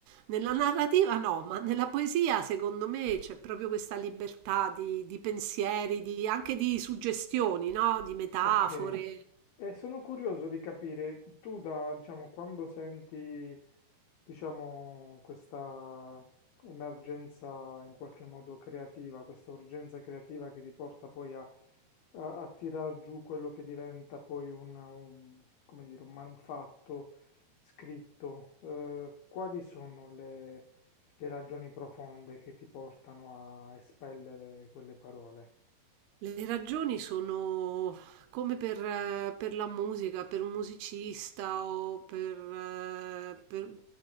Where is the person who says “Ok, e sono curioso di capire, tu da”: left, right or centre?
Left